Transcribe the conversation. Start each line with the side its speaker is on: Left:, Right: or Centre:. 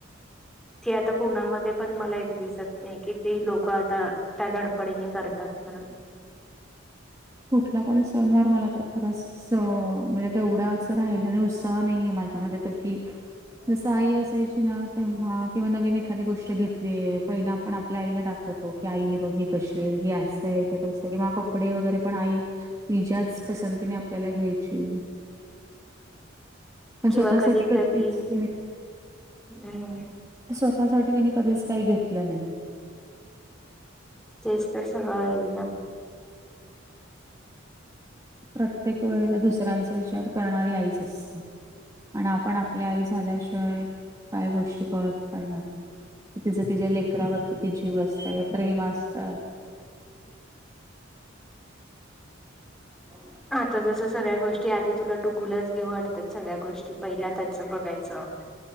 Centre: ती आता कणामध्ये पण मला इथे दिसत नाही, कि ते लोक आता त्या धडपडीने करतात म्हणून.
Right: कुठला पण सनवार मला तर खराच. स म्हणजे ते एवढा अस राहिला नाही उत्साह नाहीये माझ्या म तर कि जसं आई असायची ना तेव्हा किंवा नवीन एखादी गोष्ट घेतलीय पहिला आपण आपल्या आईला दाखव. ब की आई हे बघी कशी आहे, ही असंय ते तं क मग कपडे वगैरे पण आई तिझ्याच पसंतीने आपल्याला घ्यायची. पण
Centre: किंवा
Right: स्वतःसाठी
Centre: कधी
Right: कधीच
Centre: कधी
Right: नाही.
Centre: हम्म
Right: स्वतःसाठी तिनी कधीच काही घेतलं नाही.
Centre: तेचेस्टर सगळ आहे ना.
Right: प्रत्येक वेळेला दुसऱ्यांचा विचार करणारी आईच असते. आणि आपण आपल्या आई झाल्याशिवाय काय गोष्टी कळत पण नाय. तिचं तिच्या्या लेकरावरतीती जीव असत प्रेम असत. <inaudible>
Centre: आता जसं सगळ्या गोष्टी आधी तुला डुगुलच घेऊ वाटतात सगळ्या गोष्टी पहिल्या त्याचं बघायचं.